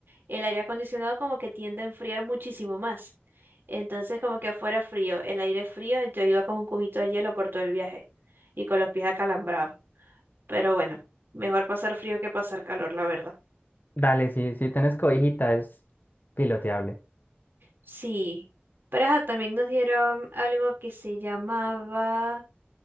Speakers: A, on the right; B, on the left.
A: el aire acondicionado como que tiende a enfriar muchísimo más. Entonces como que afuera frío, el aire frío, yo iba con un cubito de hielo por todo el viaje y con los pies acalambrados. Pero bueno, mejor pasar frío que pasar calor, la verdad.
B: Dale, sí, si tenés cobijita es piloteable.
A: Sí, pero ajá, también nos dieron algo que se llamaba,